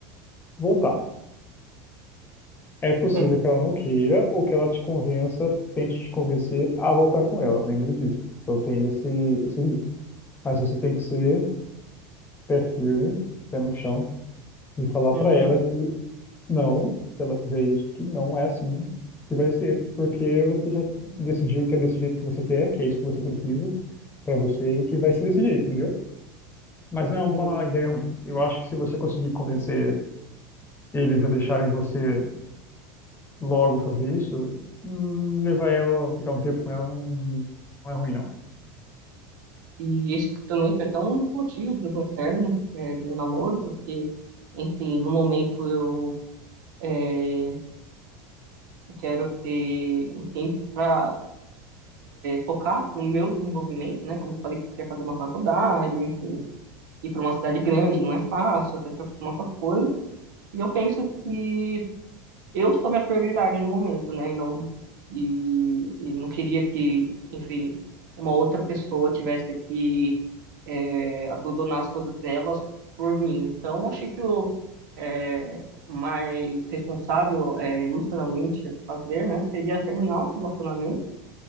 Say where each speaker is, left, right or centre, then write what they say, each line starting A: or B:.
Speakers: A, on the left; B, on the right.
A: voltar. É possível
B: É,
A: que ela não queira ou que ela te convença, tente te convencer a voltar com ela, lembra disso. Então tem esse, esse risco. Mas você tem que ser pé firme, pé no chão, e falar
B: uhum,
A: para ela que Não, se ela fizer isso, que não é assim que vai ser, porque você já decidiu que é desse jeito que você quer, que é isso que você precisa pra você e que vai ser desse jeito, entendeu? Mas não é uma
B: sim.
A: ideia ruim. Eu acho que se você conseguir convencer eles a deixarem você logo fazer isso, hum, levar ela, ficar um tempo com ela, não, não é ruim, não.
B: E esse também foi até um motivo do meu término, é, do meu namoro, porque, enfim, no momento eu é, Eu quero ter um tempo para focar no meu desenvolvimento, né? Como eu falei que eu queria fazer uma faculdade, enfim, ir para uma cidade grande não é fácil, até se acostumar com as coisas. E eu penso que eu sou minha prioridade no momento, né? E não, e, e não queria que, enfim, uma outra pessoa tivesse que é, abandonar as coisas delas por mim. Então, eu achei que o é, mais responsável é, emocionalmente a se fazer, né, seria terminar o relacionamento.